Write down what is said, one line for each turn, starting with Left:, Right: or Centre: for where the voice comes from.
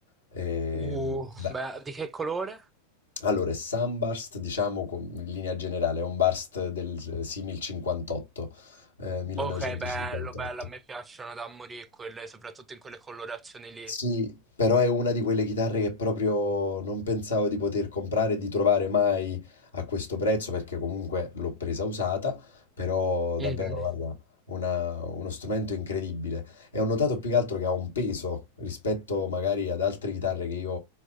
Left: E
Right: Uh,
Left: la-
Right: beh, di che colore?
Left: Allora, il Sunburst, diciamo com- in linea generale, è un burst del eh, simil 58, eh, 1958.
Right: Ok, bello, bello, a me piacciono da morire quelle, soprattutto in quelle colorazioni lì.
Left: Sì, però è una di quelle chitarre che proprio non pensavo di poter comprare e di trovare mai a questo prezzo perché comunque l'ho presa usata, però davvero,
Right: Mhm.
Left: guarda, una- uno strumento incredibile. E ho notato più che altro che ha un peso rispetto magari ad altre chitarre che io